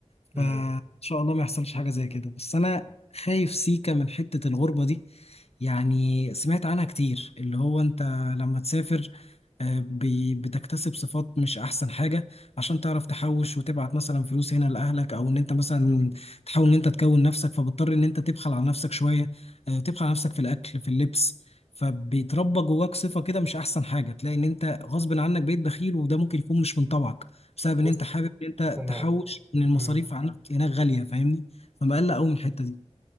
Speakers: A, on the left; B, on the right.
A: فان
B: <laughs> مم.
A: شاء الله ما يحصلش حاجه زي كده بس انا خايف سيكا من حته الغربه دي يعني سمعت عنها كتير اللي هو انت لما تسافر آه، بي- بتكتسب صفات مش احسن حاجة عشان تعرف تحوش وتبعت مثلا فلوس هنا لاهلك او ان انت مثلا تحاول ان انت تكون نفسك فبضطر ان انت تبخل على نفسك شوية آه، تبخل على نفسك في الاكل في اللبس فبيتربى جواك صفة كده مش أحسن حاجة تلاقي إن أنت غصب عنك بقيت بخيل وده ممكن يكون مش من طبعك بسبب
B: بص
A: إن أنت حابب إن أنت
B: انا
A: تحوش إن المصاريف
B: مم.
A: عنك هناك غالية فاهمني فمقلق أوي من الحتة دي